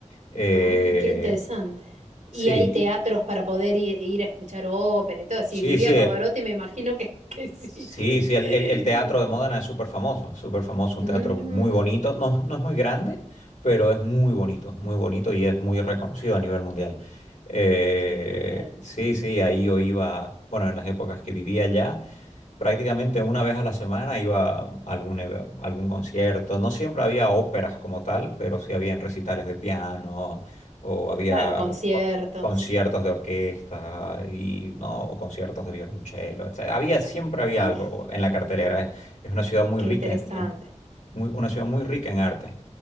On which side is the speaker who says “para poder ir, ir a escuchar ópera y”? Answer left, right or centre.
Right